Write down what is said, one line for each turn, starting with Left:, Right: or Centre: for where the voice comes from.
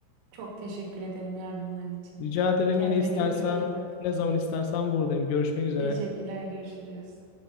Right: Çok teşekkür ederim yardımların için.
Left: Rica ederim
Right: Kendine
Left: yine istersen
Right: çok çok iyi bak.
Left: ne zaman istersen buradayım. Görüşmek üzere.
Right: Teşekkürler, görüşürüz.